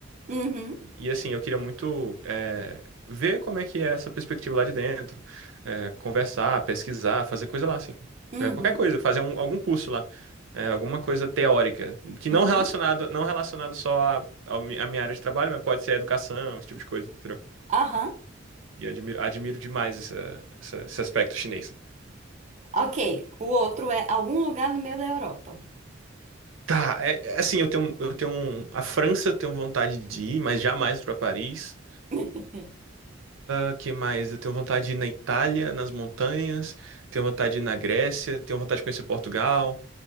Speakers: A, on the right; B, on the right.
A: Uhum.
B: E assim, eu queria muito eh, ver como é que é essa perspectiva lá de dentro, eh, conversar, pesquisar, fazer coisa lá, assim.
A: Uhum.
B: Eh, qualquer coisa, fazer um- algum curso lá, eh, alguma coisa teórica, que não
A: Uhum.
B: relacionado, não relacionado só à ao mi- à minha área de trabalho, mas pode ser a educação, esse tipo de coisa, entendeu?
A: Aham.
B: E admiro, admiro demais essa- essa- esse aspecto chinês.
A: Ok, o outro é algum lugar no meio da Europa.
B: Tá, é, é assim, eu tenho, eu tenho, um- a França eu tenho vontade de ir, mas jamais para Paris.
A: <laughs>
B: O que mais? Eu tenho vontade de ir na Itália, nas montanhas, tenho vontade de ir na Grécia, tenho vontade de conhecer Portugal,